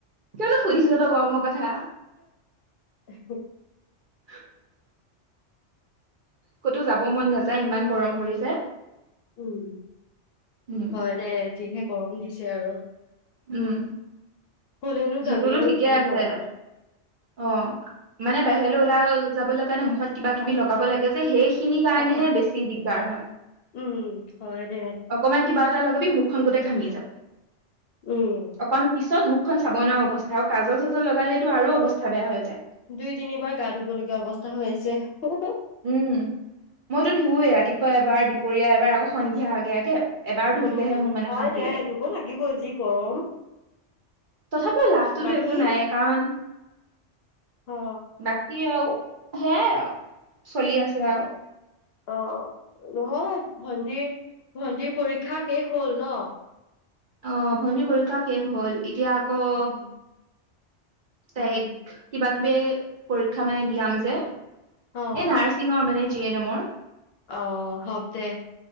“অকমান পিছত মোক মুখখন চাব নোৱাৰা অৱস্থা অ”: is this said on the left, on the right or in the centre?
Right